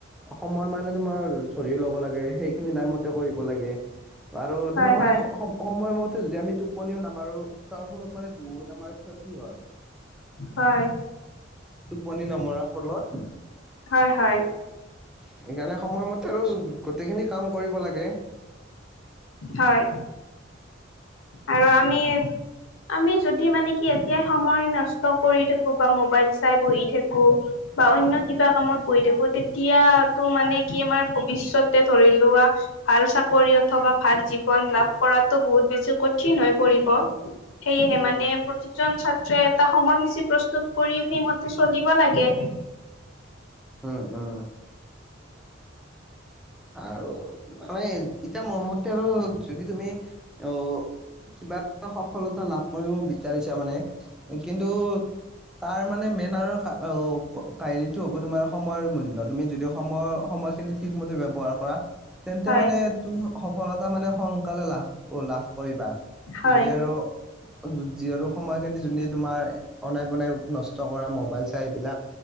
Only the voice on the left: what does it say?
হয়
হয়
হয়
হয় হয়।
হয় আৰু আমি আমি যদি মানে কি এতিয়াই সময় নষ্ট কৰি থাকো বা মোবাইল চাই বহি থাকো। বা অনন্য কিবা কামত বহি থাকো তেতিয়াটো মানে কি আমাৰ ভৱিষ্যতে ধৰি লোৱা ভাল চাকৰি অথবা ভাল জীৱন লাভ কৰাতো বহুত বেছি কঠ- ঠিন হৈ পৰিব সেয়েহে
মানে প্ৰতিজন ছাত- এটা সময়সূচী প্ৰস্তুত কৰি সেইমতে চলিব লাগে।
হয়,
হয়,